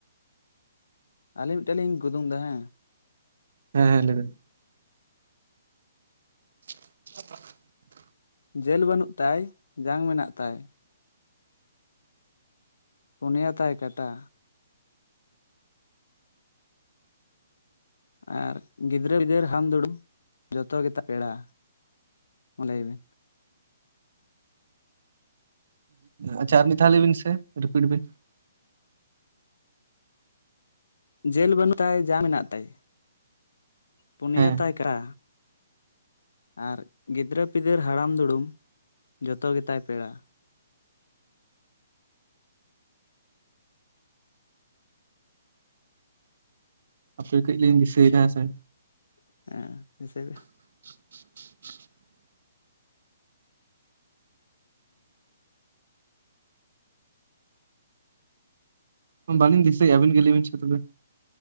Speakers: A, on the left; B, on the right.
A: ᱟᱹᱞᱤᱧ ᱢᱤᱜᱴᱟᱝ ᱞᱤᱧ ᱠᱩᱫᱩᱢ ᱫᱟ ᱦᱮᱸ?
B: ᱦᱮᱸ ᱦᱮᱸ ᱞᱟᱹᱭᱵᱮᱱ᱾ <inaudible>
A: ᱡᱮᱞ ᱵᱟᱹᱱᱩᱜ ᱛᱟᱭ, ᱡᱟᱝ ᱢᱮᱱᱟᱜ ᱛᱟᱭ, ᱯᱩᱱᱭᱟ ᱛᱟᱭ ᱠᱟᱴᱟ᱾ ᱟᱨ ᱜᱤᱫᱽᱨᱟᱹᱼ ᱯᱤᱫᱟᱹᱨ ᱦᱟᱢᱼᱫᱩᱲᱩᱢ ᱡᱚᱛᱚ ᱜᱮᱛᱟᱭ ᱯᱮᱲᱟ ᱢᱟ ᱞᱟᱹᱭ ᱢᱮ᱾
B: ᱟᱪᱪᱷᱟ ᱟᱨ ᱢᱤᱫ ᱫᱷᱟᱣ ᱞᱟᱹᱭᱵᱤᱱ ᱥᱮ ᱨᱤᱯᱤᱴ ᱵᱤᱱ᱾
A: ᱡᱮᱞ ᱵᱟᱹᱱᱩᱜ ᱛᱟᱭ ᱡᱟᱝ ᱢᱮᱱᱟᱜ ᱛᱟᱭ᱾ ᱯᱩᱱᱭᱟ
B: ᱦᱮᱸ
A: ᱛᱟᱭ ᱠᱟ᱾ ᱟᱨ ᱜᱤᱫᱽᱨᱟᱹ ᱯᱤᱫᱟᱹᱨ ᱦᱟᱲᱟᱢᱼ ᱫᱩᱲᱩᱢ ᱡᱚᱛᱚ ᱜᱮᱛᱟᱭ ᱯᱮᱲᱟ᱾
B: ᱦᱟᱯᱮ ᱠᱟᱹᱡᱞᱤᱧ ᱫᱤᱥᱟᱹᱭᱫᱟ ᱦᱮᱸᱥᱮ᱾
A: ᱦᱮᱸ ᱫᱤᱥᱟᱹᱭ ᱵᱤᱱ᱾
B: <inaudible> ᱵᱟᱹᱞᱤᱧ ᱫᱤᱥᱟᱹᱭᱮᱜᱼᱟ ᱟᱹᱵᱤᱱ ᱜᱮ ᱞᱟᱹᱭ ᱵᱤᱱ ᱥᱮ